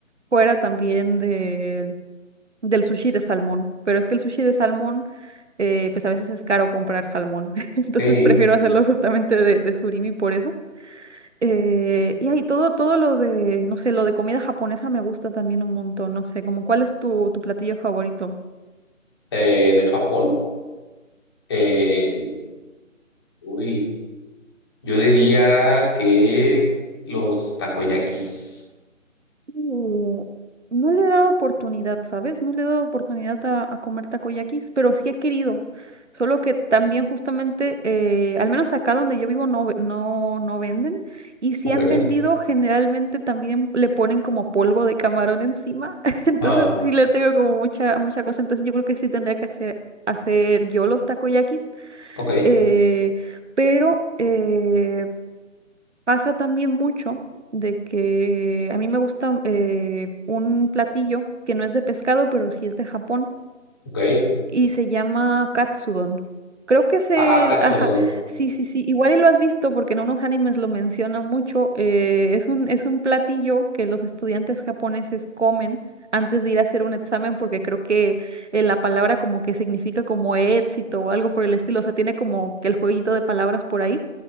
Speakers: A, on the right; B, on the left.
A: fuera también de del sushi de salmón, pero es que el sushi de salmón, eh, pues a veces es caro comprar salmón, <laughs> entonces
B: Sí,
A: prefiero hacerlo justamente de, de surimi por eso. Eh, y ahí todo, todo lo de, no sé, lo de comida japonesa me gusta también un montón, no sé, como cuál es tu, tu platillo favorito.
B: eh, de Japón. eh, uy, yo diría que los takoyakis.
A: Mm, No le he dado oportunidad, ¿sabes? No le he dado oportunidad a, a comer takoyakis, pero sí he querido. Solo que también justamente, eh, al menos acá donde yo vivo no, ve- no, no venden. Y si
B: Ok.
A: han vendido, generalmente también le ponen como polvo de camarón encima. <laughs> Entonces
B: Ah,
A: sí le tengo como mucha, mucha cosa. Entonces yo creo que sí tendría que hacer, hacer yo los takoyakis.
B: ok,
A: eh, pero... eh, Pasa también mucho de que a mí me gusta eh, un platillo que no es de pescado, pero sí es de Japón
B: ok.
A: y se llama katsudon. Creo que es el...
B: Ah, katsudon.
A: Ajá, sí, sí, sí. Igual y lo has visto porque en unos animes lo menciona mucho. eh, es un, es un platillo que los estudiantes japoneses comen antes de ir a hacer un examen porque creo que eh, la palabra como que significa como éxito o algo por el estilo. O sea, tiene como que el jueguito de palabras por ahí